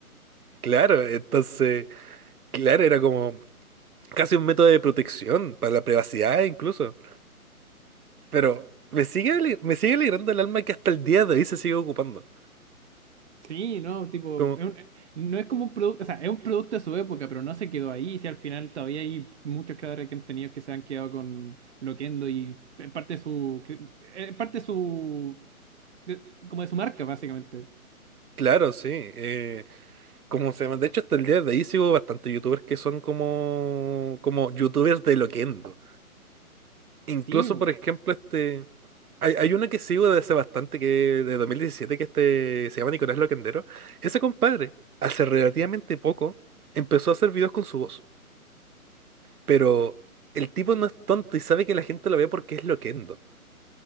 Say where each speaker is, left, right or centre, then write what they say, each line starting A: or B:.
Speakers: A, on the right; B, on the right.
A: Claro, entonces, claro, era como casi un método de protección para la privacidad incluso. Pero me sigue, ale- me sigue alegrando el alma que hasta el día de hoy se sigue ocupando.
B: Sí, no, tipo,
A: Como,
B: es un- no es como un producto, o sea, es un producto de su época, pero no se quedó ahí. Si al final todavía hay muchos creadores que han tenido que se han quedado con Loquendo y es parte de su, cre- es parte de su, de- como de su marca, básicamente.
A: claro, sí. eh, como se llama, de hecho hasta el día de hoy sigo bastante youtubers que son como, como youtubers de Loquendo. Incluso,
B: Sí, bu.
A: por ejemplo, este. Hay, hay una que sigo desde hace bastante, que de 2017, que este se llama Nicolás Loquendero. Ese compadre, hace relativamente poco, empezó a hacer videos con su voz. Pero el tipo no es tonto y sabe que la gente lo ve porque es loquendo.